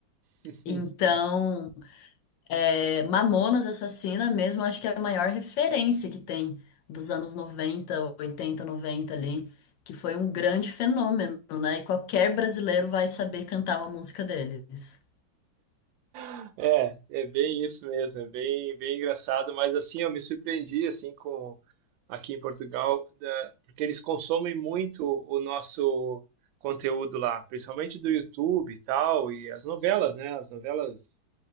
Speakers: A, on the right; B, on the left.
A: <laughs>
B: Então, é, Mamonas Assassina mesmo, acho que é a maior referência que tem dos anos 90, 80, 90, ali, que foi um grande fenômeno, né? E qualquer brasileiro vai saber cantar uma música deles.
A: <laughs> É, é bem isso mesmo, é bem, bem engraçado, mas assim, eu me surpreendi assim com aqui em Portugal, da- porque eles consomem muito o nosso conteúdo lá, principalmente do YouTube e tal, e as novelas, né? As novelas